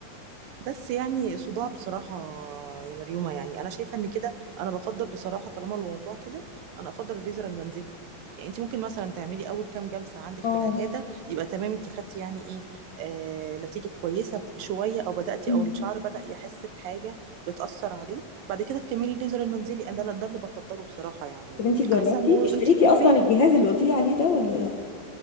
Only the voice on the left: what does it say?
اه
مم.
طب انتي جربتي
اشتريتي
اصلا
الجهاز اللي قلتي لي عليه ده ولا لا؟